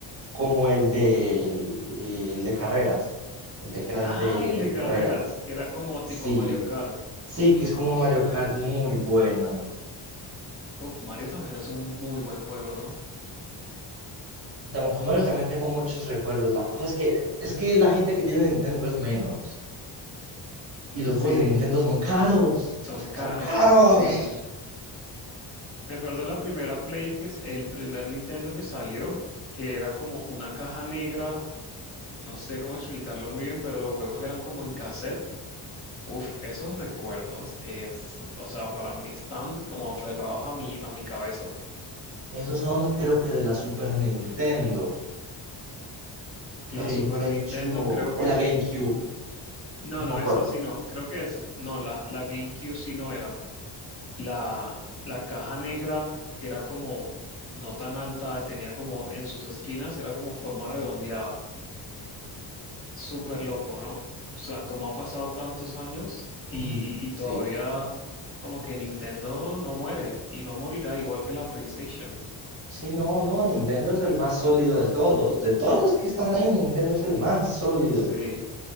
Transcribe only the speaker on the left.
Ah,
el
de
carreras, que era como
tipo Mario Kart.
Uf, Mario también es un muy buen juego, ¿no?
Sí,
Son caros,
sí. Me acuerdo la primera Play, que es el primer Nintendo que salió, que era como una caja negra, no sé cómo explicarlo muy bien, pero los juegos eran como en cassette. Uf, esos recuerdos es, o sea, para mí están como aferrados a mi, a mi cabeza.
La Super Nintendo
creo
que
sí.
No,
no,
esa sí no. Creo que es, no, la, la GameCube sí no era. La, la caja negra, que era como no tan alta, tenía como en sus esquinas, era como forma redondeada. Súper loco, ¿no? O sea, cómo ha pasado tantos años y,
y
todavía como que Nintendo no muere y no morirá igual que la PlayStation.
Sí,